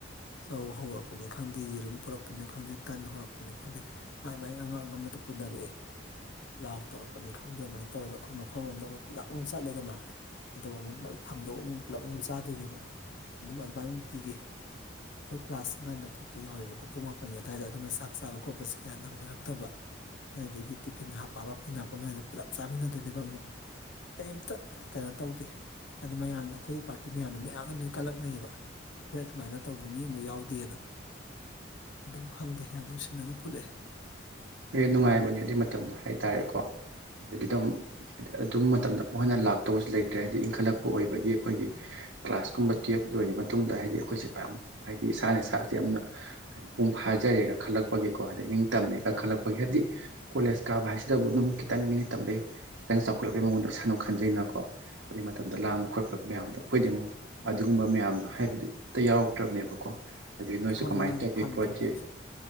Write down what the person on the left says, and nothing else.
ꯆꯧ ꯍꯧꯔꯛꯄꯅꯤ ꯈꯪꯗꯦ ꯌꯦꯔꯨꯝ ꯄꯨꯔꯛꯄꯅꯤ ꯈꯪꯗꯦ ꯇꯟ ꯍꯧꯔꯛꯄꯅꯤ ꯈꯪꯗꯦ꯫ ꯃꯥꯏ ꯃꯥꯏ ꯑꯉꯝ ꯑꯉꯝꯕꯗꯨ ꯄꯨꯅꯔꯛꯑꯦ꯫ ꯄꯂꯥꯎ ꯇꯧꯔꯛꯄꯅꯤ ꯈꯪꯗꯦ ꯑꯗꯨꯃꯥꯏꯅ ꯇꯧꯔꯒ ꯑꯩꯈꯣꯏ ꯃꯐꯝ ꯑꯃꯗ ꯑꯃꯨꯛ ꯄꯨꯂꯞ ꯑꯃꯨꯛ ꯆꯠꯂꯦꯗꯅ꯫ ꯑꯗꯨꯒ ꯑꯃꯨꯛ ꯂꫭꯏ ꯊꯥꯡꯗꯣꯛꯑꯒ ꯑꯃꯨꯛ ꯄꯨꯂꯞ ꯑꯃꯨꯛ ꯆꯥꯗꯣꯏꯅꯦꯕ ꯑꯗꯨꯝ ꯑꯗꯨꯃꯥꯏꯅ ꯅꯨꯡꯇꯤꯒꯤ꯫ ꯑꯈꯣꯏ ꯀ꯭ꯂꯥꯁ ꯉꯟꯅ ꯊꯣꯛꯄ ꯌꯥꯎꯋꯦꯕꯀꯣ ꯄꯨꯡ ꯃꯥꯄꯟꯒꯤ ꯑꯗꯨꯋꯥꯏꯗ ꯑꯗꯨꯅ ꯆꯥꯛ ꯆꯥꯕ ꯈꯣꯠꯄꯁꯦ ꯀꯌꯥ ꯅꯪꯅꯔꯛꯇꯕ꯫ ꯑꯗꯒꯤ ꯇꯤꯐꯤꯟ ꯍꯥꯞꯄ ꯄꯕ ꯄꯨꯅꯔꯛꯄ ꯃꯌꯥꯝꯗꯣ ꯄꯨꯂꯞ ꯆꯥꯃꯤꯟꯅꯗꯣꯏꯅꯦꯕ ꯑꯃꯨꯛ꯫ ꯀꯩꯝꯇ ꯀꯩꯅꯣ ꯇꯧꯗꯦ꯫ ꯑꯗꯨ ꯃꯌꯥꯝꯅ ꯑꯈꯣꯏꯒꯤ ꯄꯥꯔꯇꯤ ꯃꯌꯥꯝꯅ ꯃꯌꯥꯝꯅ ꯂꯣꯏ ꯀꯜꯂꯛꯅꯩꯑꯕ ꯑꯈꯣꯏ ꯑꯗꯨꯃꯥꯏꯅ ꯇꯧꯕ ꯃꯤ ꯑꯃ ꯌꯥꯎꯗꯦꯅ ꯑꯗꯨꯝ ꯈꯪꯗꯦ ꯌꯥꯝ ꯅꯨꯡꯁꯤꯅꯅ ꯄꯨꯠꯂꯛꯑꯦ꯫
ꯍꯣꯏ
ꯅꯣꯏꯗꯤ
ꯐꯪꯗ꯭ꯔꯕꯅꯦ